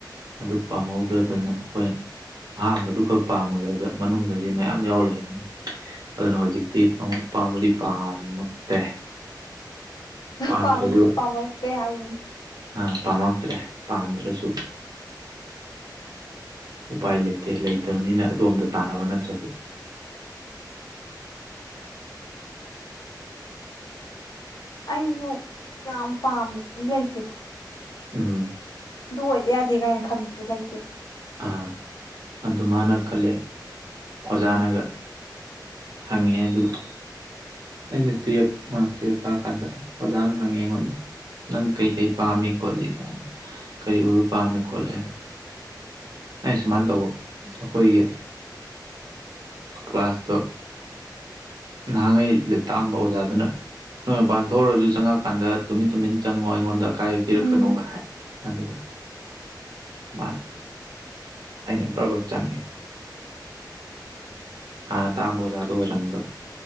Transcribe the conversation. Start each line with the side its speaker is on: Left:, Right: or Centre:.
Right: ꯑꯗꯨ ꯄꯥꯝꯍꯧꯗ꯭ꯔꯗꯅ ꯑꯩꯈꯣꯏꯅ ꯑꯍꯝꯕꯗꯨ ꯈꯛ ꯄꯥꯝꯃꯨꯔꯒꯥ ꯃꯅꯨꯡꯗꯗꯤ ꯃꯌꯥꯝ ꯌꯥꯎ ꯂꯩꯔꯝꯃꯤ ꯑꯗꯨꯅ ꯍꯧꯖꯤꯛꯇꯤ ꯄꯥꯝꯕꯗꯤ ꯄꯥꯝꯃꯛꯇꯦ ꯄꯥꯝꯗ꯭ꯔꯁꯨ
Left: ꯄꯥꯝꯕꯨꯗꯤ ꯄꯥꯝꯃꯛꯇꯦ ꯍꯥꯏꯔꯤꯅꯤ
Right: ꯑꯥ ꯄꯥꯝꯃꯛꯇ꯭ꯔꯦ ꯄꯥꯝꯗ꯭ꯔꯁꯨ ꯎꯄꯥꯏ ꯂꯩꯇꯦ ꯂꯩꯇꯕꯅꯤꯅ ꯑꯗꯣꯝꯗ ꯇꯥꯟꯅꯕ ꯅꯠꯇ꯭ꯔꯗꯤ
Left: ꯑꯩꯁꯨ ꯌꯥꯝ ꯄꯥꯝꯕꯗꯤ ꯂꯩꯇꯦꯗ
Right: ꯎꯝꯝ
Left: ꯑꯗꯨ ꯑꯣꯏꯗ ꯌꯥꯗꯦ ꯀꯥꯏꯅ ꯈꯟꯕꯗꯨ ꯂꯩꯇꯦꯕ
Right: ꯑꯥ ꯑꯗꯨ ꯃꯥꯅ ꯈꯜꯂꯦ ꯑꯣꯖꯥꯅꯒ ꯍꯪꯉꯦ ꯑꯗꯨꯒ ꯑꯩꯅ ꯇꯨꯌꯦꯞ ꯇꯨꯌꯦꯞ ꯀꯥ ꯀꯥꯟꯗ ꯑꯣꯖꯥꯅ ꯍꯪꯉꯤ ꯑꯩꯉꯣꯟꯗ ꯅꯪ ꯀꯩꯀꯩ ꯄꯥꯝꯃꯤ ꯈꯣꯠꯂꯤ ꯀꯩ ꯀꯔꯤ ꯑꯣꯏꯕ ꯄꯥꯝꯃꯦ ꯈꯣꯠꯂꯦ ꯑꯩ ꯁꯨꯃꯥꯏꯅ ꯇꯧꯕ ꯑꯩꯈꯣꯏꯒꯤ ꯀ꯭ꯂꯥꯁꯇꯣ ꯅꯍꯥꯟꯉꯩ ꯇꯥꯝꯕ ꯑꯣꯖꯥꯗꯨꯅ ꯅꯣꯏ ꯃꯄꯥꯟ ꯊꯣꯛꯎꯔꯁꯨ ꯆꯪꯉꯛꯀꯥꯟꯗ ꯇꯨꯃꯤꯟ ꯇꯨꯃꯤꯟ ꯆꯪꯉꯣ ꯑꯩꯉꯣꯟꯗ ꯑꯀꯥꯏꯕꯥ‌ ꯄꯤꯔꯛꯀꯅꯣ
Left: ꯎꯝ
Right: ꯑꯗꯨ ꯃꯥꯅꯤ ꯑꯩꯅ ꯕ꯭ꯔꯕꯠ ꯆꯪꯉꯦ ꯍꯥꯟꯅ ꯇꯥꯝꯕ ꯑꯣꯖꯥꯗꯣ ꯑꯣꯏꯔꯝꯗꯣ